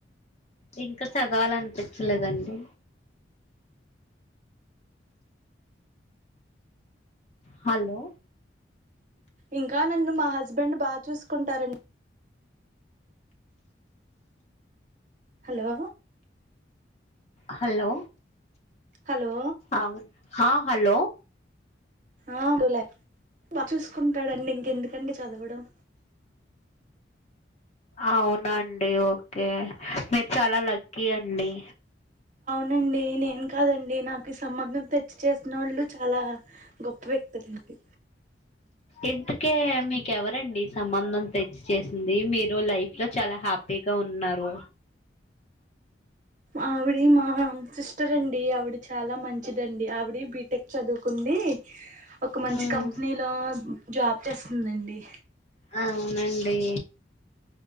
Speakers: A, on the left; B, on the right.
A: ఇంకా చదవాల అనిపిచ్చలేదండి. హలో
B: ఇంకా నన్ను మాహ హస్బెండ్ బాగా చూసుకుంటారండి హలో
A: హలో
B: హలో
A: అవు హలో
B: ఆ అలే చూసుకుంటాడంండి ఇంకెందుకండి చదవడం
A: అవునండి ఓకే మీరు చాలా లక్కీ అండి
B: నండి నేను కాదండి నాకు ఈ సంబంధం తెచ్చి చేసిన వాళ్ళు చాలా గొప్ప వ్యక్తులుంటి
A: ఇంతకే మీకెవరండి సంబంధం తెచ్చి చేేసింది మీరు లైఫ్ లో చాలా హ్యాపీగా ఉన్నారు
B: ఆవిడ మా సిస్టర్ అండి ఆవిడ చాలా మంచిదండి ఆవిడ బీటెక్ చదువుకుంది ఒక మంచి
A: ఉమ్
B: కంపెనీలో జాబ్ చేస్తుందిండి
A: అవునండి